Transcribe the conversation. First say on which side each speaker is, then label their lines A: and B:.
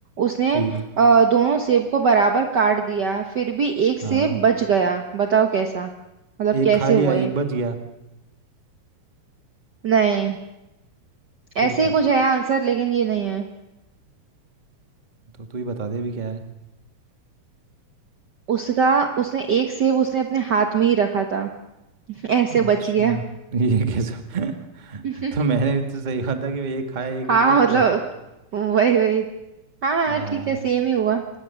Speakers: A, on the right; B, on the right.
A: उसने
B: ठीक है
A: अ, दोनों सेब को बराबर काट दिया फिर भी एक सेब
B: हाँ
A: बच गया बताओ कैसा मतलब
B: एक
A: कैसे
B: खा लिया
A: हुआ ये
B: एक बच गया
A: नहीं ऐसे
B: फिर क्या
A: ही कुछ
B: है
A: है आंसर लेकिन ये नहीं है
B: तो तू ही बता दे अभी क्या है
A: उसका उसने एक सेब उसने अपने हाथ में ही रखा था <laughs> ऐसे
B: अच्छा
A: बच गया
B: ये कैसा <laughs>
A: <laughs>
B: तो मैंने भी तो सही बात था कि एक खाया एक
A: हाँ
B: बच गया
A: मतलब वही वही हाँ हाँ,
B: हाँ
A: ठीक है सेम ही हुआ